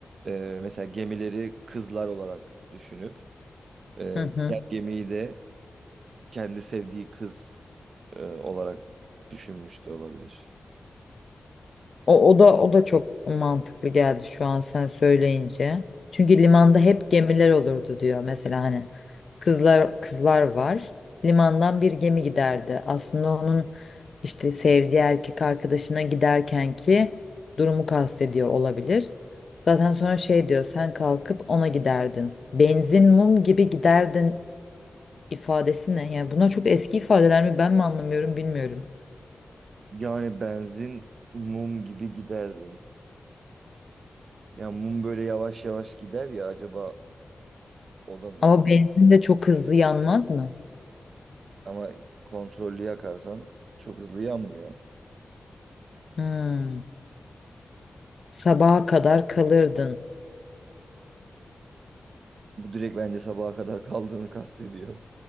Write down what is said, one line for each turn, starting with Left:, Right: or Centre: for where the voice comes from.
Right: e, mesela gemileri kızlar olarak düşünüp e,
Left: Hı
Right: giden
Left: hı.
Right: gemiyi de kendi sevdiği kız e, olarak düşünmüş de olabilir.
Left: O, o da o da çok mantıklı geldi şu an sen söyleyince. Çünkü limanda hep gemiler olurdu diyor. Mesela hani kızlar kızlar var. Limandan bir gemi giderdi. Aslında onun işte sevdiği erkek arkadaşına giderken ki durumu kastediyor olabilir. Zaten sonra şey diyor sen kalkıp ona giderdin. Benzin mum gibi giderdin ifadesi ne? Yani bunlar çok eski ifadeler mi ben mi anlamıyorum bilmiyorum.
Right: Yani benzin mum gibi giderdin. Ya mum böyle yavaş yavaş gider ya acaba o da mı
Left: Ama
Right: öyle?
Left: benzin de çok hızlı yanmaz mı?
Right: Ama kontrollü yakarsan çok hızlı yanmıyor.
Left: Hmm. Sabaha kadar kalırdın.
Right: Bu direkt bence sabaha kadar kaldığını kastediyor.